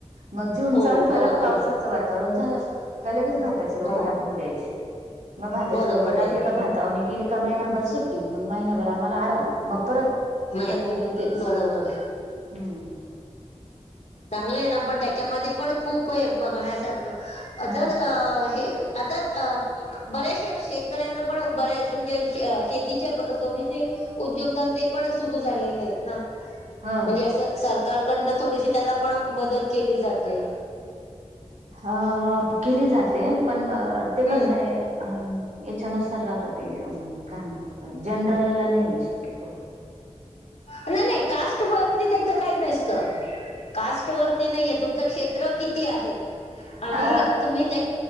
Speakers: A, on the right (about 85°); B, on the left (about 65°).
A: म जून
B: हो
A: चालू झाला
B: बरोबर
A: का? पावसाचं
B: आहे
A: वातावरण झालं का लगेच भात् -ताची रोप
B: हो
A: टाकून द्यायची म भाताचे
B: बरोबर
A: रोप
B: आहे
A: टाकले का? भातावणी् केली का? महिनाभर सुट्टी मंग महिनाभर आम्हाला आराम. म परत
B: म
A: कंटिन्यू तेच.
B: बरोबर
A: हम्म.
B: चांगलंय ना पण त्याच्यामध्ये पण खूपये. बघण्यासारखं
A: हा
B: जर अ हे. आता त बऱ्याचशा शेतकऱ्यांना पण बऱ्या समजा शे शेतीच्या ब जोडीने. उद्योगधंदे पण सुरू झालेलेयत ना. म्हणजे
A: हा
B: असं सरकारकडंन थोडीशी त्याला पण मदत केली जाते.
A: अं केली जाते. पण ते
B: हम्म
A: कसंय. अम याच्यानुसार राहत ते काय? म्हणतात जनरल ला नईये शक्यतो हे.
B: न नई कास्ट वरती त्याच काई नसतं. कास्ट वरती नईये तुमचं क्षेत्र किती आहे. आणि
A: अ
B: तुम्ही त्या